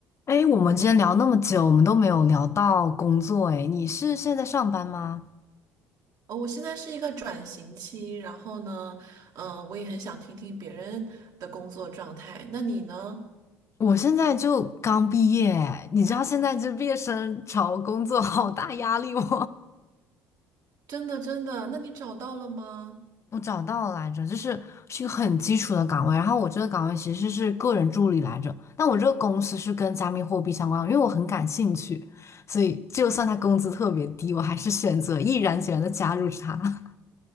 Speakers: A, on the left (about 40°); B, on the right (about 55°).
A: 哎，我们之前聊那么久，我们都没有聊到工作。哎，你是现在上班吗？
B: 哦，我现在是一个转型期，然后呢，嗯、我也很想听听别人的工作状态。那你呢？
A: 我现在就刚毕业，你知道现在这毕业生找工作好大压力吗？
B: 真的真的，那你找到了吗？
A: <laughs> 我找到了来着，就是是一个很基础的岗位，然后我这个岗位其实是个人助理来着，但我这个公司是跟加密货币相关的，因为我很感兴趣，所以就算他工资特别低，我还是选择毅然决然的加入他。